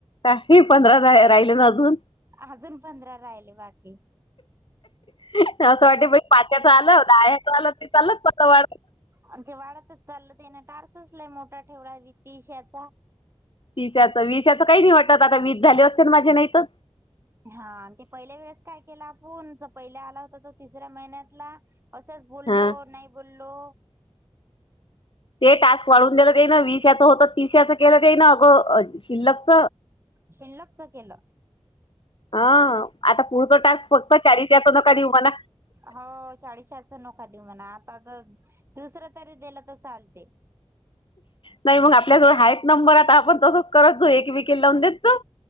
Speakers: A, on the left; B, on the right.
A: काही पंधरा राहिले ना अजून
B: अजून पंधरा राहिले बाकी.
A: असं वाटते पाच्याचं आलं. दाह्याचं आलं. ते चालच <unintelligible>
B: आणि ते वाढतच चाललं. तेनी टारर्सच लई मोठा ठेवला वितीशाचा.
A: तीशाचं विशाचं काही नाही वाटत आता <unintelligible> माझे नाहीतर.
B: हा. ते पहिल्या वेळेस काय केलं आपुण? जो पहिला आला होता तो तिसऱ्या महिन्यातला. असंच बोलो.
A: हा.
B: नाही बोलो.
A: ते टास्क वाढून दिलं जाई ना. विसचं होतं तीस्याचं केलं जाई ना अगं. शिल्लकच
B: शिल्लकच केलं
A: हा. आता पुढच टास्क फक्त चारीच्याच नका देऊ म्हणा.
B: हो. चाळीसशा नको देऊ म्हणा. आता तर दुसरं तरी दिलं तर चालते.
A: नाही मग आपल्याजवळ हायत नंबर आता आपण तसच करत जाऊ. एकीमेकिला लावून देत जाऊ.